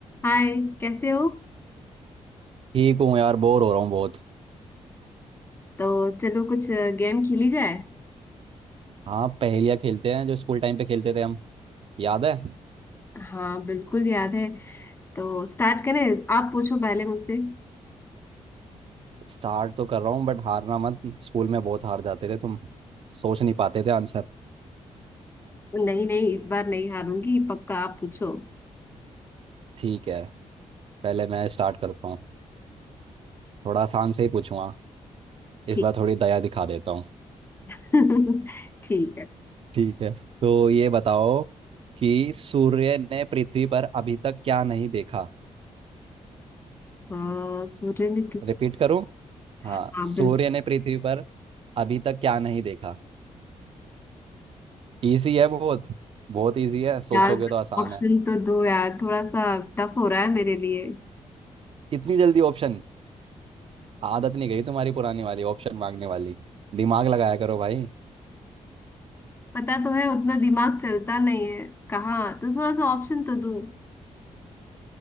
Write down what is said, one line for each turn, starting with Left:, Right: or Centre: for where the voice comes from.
Left: हाय कैसे हो
Right: ठीक हूँ यार बोर हो रहा हूँ बहुत
Left: तो चलो कुछ गेम खेली जाए
Right: हाँ पहेलियाँ खेलते हैं जो स्कूल टाइम पे खेलते थे हम याद है
Left: हाँ बिल्कुल याद है तो स्टार्ट करें आप पूछो पहले मुझसे
Right: स्टार्ट तो कर रहा हूँ बट हारना मत स्कूल में बहुत हार जाते थे तुम सोच नहीं पाते थे आंसर
Left: नहीं नहीं इस बार नहीं हारूंगी पक्का आप पूछो
Right: ठीक है पहले मैं स्टार्ट करता हूँ थोड़ा आसान से ही पूछूंगा
Left: ठीक
Right: इस बार थोड़ी दया दिखा देता हूँ
Left: <laughs> ठीक है
Right: ठीक है तो ये बताओ कि सूर्य ने पृथ्वी पर अभी तक क्या नहीं देखा
Left: अ, सूर्य ने पृथ्वी
Right: रिपीट करूँ हाँ
Left: हाँ
Right: सूर्य
Left: बिल्कुल
Right: ने पृथ्वी पर अभी तक क्या नहीं देखा इजी है बहुत बहुत इजी है सोचोगे
Left: यार
Right: तो आसान
Left: ऑप्शन
Right: है
Left: तो दो यार थोड़ा सा टफ हो रहा है मेरे लिए
Right: इतनी जल्दी ऑप्शन आदत नहीं गई तुम्हारी पुरानी वाली ऑप्शन मांगने वाली दिमाग लगाया करो भाई
Left: पता तो है उतना दिमाग चलता नहीं है कहाँ तो थोड़ा सा ऑप्शन तो दो